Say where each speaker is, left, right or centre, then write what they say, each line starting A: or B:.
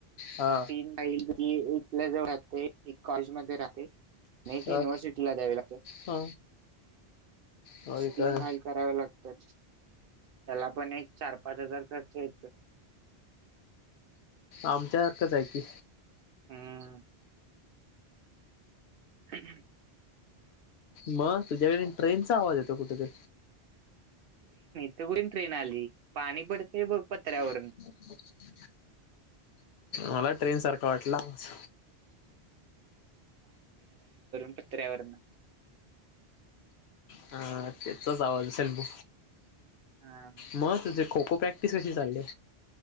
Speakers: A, on the left (about 75°); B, on the right (about 65°).
A: हा
B: तीन एक आपल्या जवळ राहतय एक कॉलेज मध्ये राह तय आणि एक
A: हा
B: युनव्हर्सिटी ला द्यावे लागते.
A: हा होय
B: तीन
A: काय
B: फाईल कराव्या लागतात... त्याला पण एक चार पाच हजार खर्च येतो...
A: आमच्यासारख च आहे की,
B: हम्म हम्
A: म तुझ्याकडे ट्रेनचा आवाज येतो कुठेतर?
B: इथे कुठून ट्रेन आली पाणी पडतय बघ... पत्र्यावरून
A: <inaudible> मला ट्रेन सारखं वाटला आवाज...
B: पत्र्यावरन...
A: हा तेचाच आवाज असेल ब...
B: हा
A: म तुझे खो खो प्रॅक्टिस कशी चाललीये?